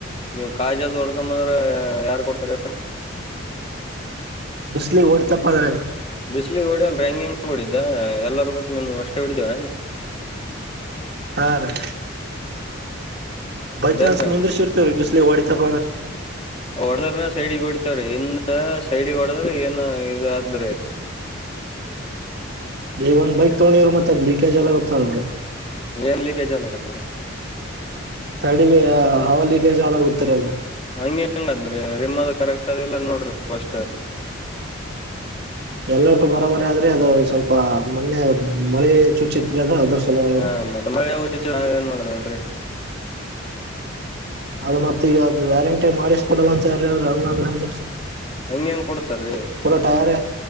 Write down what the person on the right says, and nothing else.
ಬಿಸಲಿ ಓಡಿತಪ್ಪದ
ಹಾ ರೀ ಬೈ
ಚಾನ್ಸ್ ನಿಂದ್ರಸಿರ್ತೇವ್ರೀ ಬಿಸ್ಲಿಗ್ ಹೊಡಿತಪ್ಪ ಅಂದ್ರ
ಈ ಒಂದ ಬೈಕ್ ತಗೊಂಡಿವ್ರರು ಮತ್ತತ್ದ್ ಲೀಕೇಜ್ ಎಲ್ಲ ಗೊತ್ತಲ್ರರಿ
ಸಡಿಗೆ ಹವ ಲೀಿಕೇಜ್ ಹಳ ಗತ್ತರ ಅದು
ಎಲ್ಲಟ್ಟು ಬರೋಬರಿ ಆದ್ರೆ ಅದು ಸ್ವಲ್ಪ ಮೊನ್ನೆ ಮಳೆ ಚುಚ್ಚಿತ್ ಅ್ರೆ ಅದ್ರ ಸಲುವಾಗಿ
ಅದ ಮತ್ತ ಈಗ ಅದದು ವ್ಯಾರಂಟಿ ಮಾಡಿಸ್ ಕೊಡಲ್ಲ ಅಂತ ಯಾರ ಅವರು ಹಂಗ್ರಂಗ
ಪೂರ ಟಾಯರ್